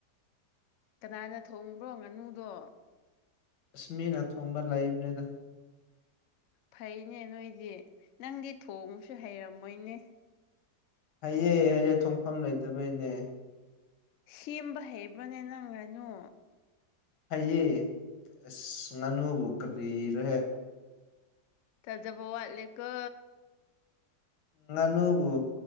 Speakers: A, on the left; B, on the left.
A: ꯀꯅꯥꯅ ꯊꯣꯡꯕ꯭ꯔꯣ ꯉꯥꯅꯨꯗꯣ
B: ꯑꯁꯃꯤꯅ ꯊꯣꯡꯕ ꯂꯩꯕꯅꯦꯗ
A: ꯐꯩꯅꯦ ꯅꯣꯏꯗꯤ ꯅꯪꯗꯤ ꯊꯣꯡꯕꯁꯨ ꯍꯩꯔꯝꯃꯣꯏꯅꯦ
B: ꯍꯩꯌꯦ ꯍꯩꯌꯦ ꯊꯣꯡꯐꯝ ꯂꯩꯇꯕꯩꯅꯦ
A: ꯁꯦꯝꯕ ꯍꯩꯕ꯭ꯔꯣꯅꯦ ꯅꯪ ꯉꯅꯨ
B: ꯍꯩꯏꯌꯦ ꯑꯁ ꯉꯥꯅꯨꯕꯨ ꯀꯔꯤꯔꯍꯦ
A: ꯊꯖꯕꯥ ꯋꯥꯠꯂꯦ ꯀꯣ
B: ꯉꯥꯅꯨꯕꯨ